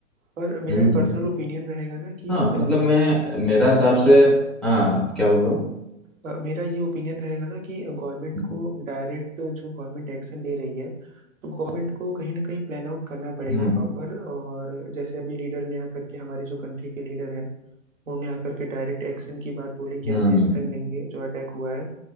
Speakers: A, on the right; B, in the centre.
A: पर मेरा
B: हम्म।
A: ये पर्सनल ओपिनियन रहेगा ना कि
B: हाँ
A: अ,
B: मतलब मैं मेरा हिसाब से हाँ क्या बोल रहा हूँ
A: अ, मेरा ये ओपिनियन रहेगा ना कि गवर्नमेंट
B: हम्म
A: को डायरेक्ट जो गवर्नमेंट एक्शन ले रही है तो गवर्नमेंट को कहीं ना कहीं प्लान आउट करना पड़ेगा
B: हम्म
A: प्रॉपर और जैसे अभी लीडर ने आकर के हमारे जो कंट्री के लीडर हैं उन्होंने आकर के डायरेक्ट एक्शन की बात बोली कि
B: हम्म।
A: ऐसे एक्शन लेंगे जो अटैक हुआ है